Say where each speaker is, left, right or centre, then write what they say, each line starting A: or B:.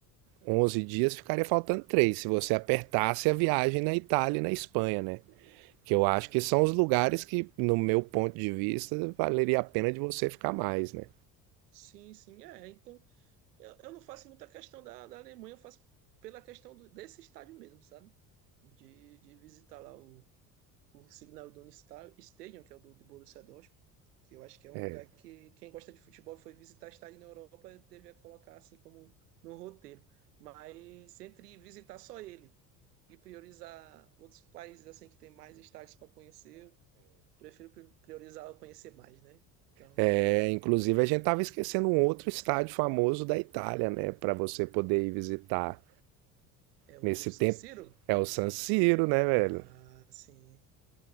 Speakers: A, on the right; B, on the right.
A: 11 dias, ficaria faltando 3 se você apertasse a viagem na Itália e na Espanha, né? Que eu
B: Uhum.
A: acho que são os lugares que, no meu ponto de vista, valeria a pena de você ficar mais, né?
B: Sim, sim, é. Então, eu, eu não faço muita questão da, da Alemanha, eu faço pela questão do- desse estádio mesmo, sabe? De, de visitar lá o, o Signal Iduna Sta- Stadium, que é o do, do Borussia Dortmund, que eu acho que é um
A: É.
B: lugar que quem gosta de futebol e foi visitar estádio na Europa devia colocar assim como no roteiro. Mas entre visitar só ele e priorizar outros países assim que tem mais estádios para conhecer, eu prefiro pri- priorizar conhecer mais, né? Então,
A: É, inclusive, a gente tava esquecendo um outro estádio famoso da Itália, né? Para você poder ir visitar
B: é o
A: nesse
B: San
A: tempo.
B: Siro?
A: É o San Siro, né,
B: Ah,
A: velho?
B: sim.